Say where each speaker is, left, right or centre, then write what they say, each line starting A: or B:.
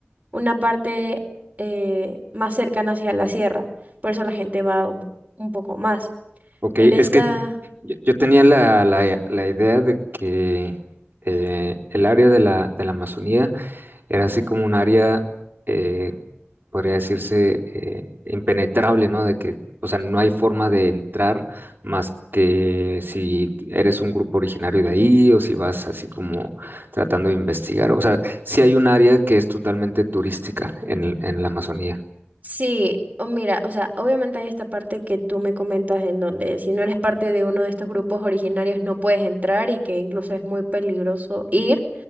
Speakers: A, on the right; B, on the right.
A: una parte eh, más cercana hacia la sierra, por eso la gente va un, un poco más.
B: Ok,
A: En
B: es
A: esta...
B: que yo, yo tenía la, la- la idea de que eh, el área de la, de la Amazonía Era así como un área, eh, podría decirse, eh, impenetrable, ¿no? De que, o sea, no hay forma de entrar más que si eres un grupo originario de ahí o si vas así como tratando de investigar. O sea, sí hay un área que es totalmente turística en, en la Amazonía.
A: Sí, o mira, o sea, obviamente hay esta parte que tú me comentas en donde si no eres parte de uno de estos grupos originarios no puedes entrar y que incluso es muy peligroso ir,